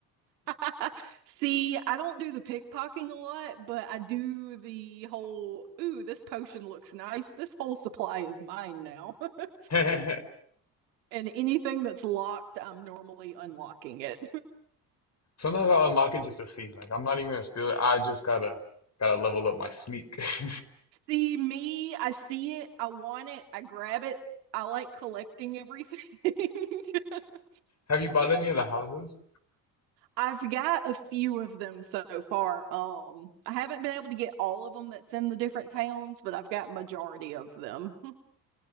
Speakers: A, on the right (about 80°); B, on the left (about 30°).
A: <laughs> See, I don't do the pickpocketing a lot, but I do the whole, ooh, this potion looks nice. This whole supply is mine now. <laughs>
B: <laughs> Sometimes
A: And anything that's locked, I'm normally unlocking it.
B: I'll unlock it just to see. Like I'm not even gonna steal it. I just gotta gotta level up my sneak. <laughs>
A: <laughs> See, me, I see it, I want it, I grab it. I like collecting everything. <laughs>
B: Have you bought any of the houses?
A: I've got a few of them so far. Um, I haven't been able to get all of them that's in the different towns, but I've got majority of them. <laughs>